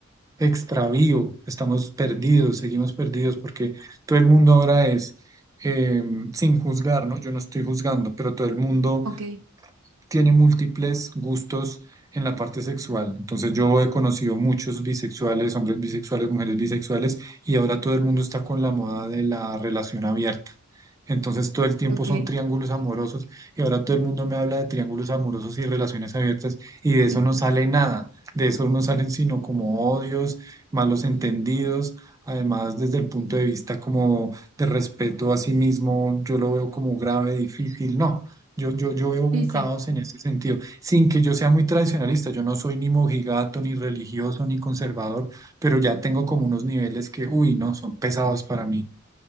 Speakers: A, on the right; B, on the right.
A: extravío, estamos perdidos, seguimos perdidos, porque todo el mundo ahora es, eh, sin juzgar, ¿no? Yo no estoy juzgando, pero todo el mundo
B: Ok,
A: tiene múltiples gustos en la parte sexual. Entonces yo he conocido muchos bisexuales, hombres bisexuales, mujeres bisexuales, y ahora todo el mundo está con la moda de la relación abierta. Entonces todo el tiempo
B: ok.
A: son triángulos amorosos y ahora todo el mundo me habla de triángulos amorosos y relaciones abiertas y de eso
B: <laughs>
A: no sale nada, de eso no salen sino como odios, malos entendidos, además desde el punto de vista como de respeto a sí mismo, yo lo veo como grave, difícil, no. Yo, yo, yo veo un
B: Sí, sí.
A: caos en ese sentido, sin que yo sea muy tradicionalista, yo no soy ni mojigato, ni religioso, ni conservador, pero ya tengo como unos niveles que, uy, no, son pesados para mí.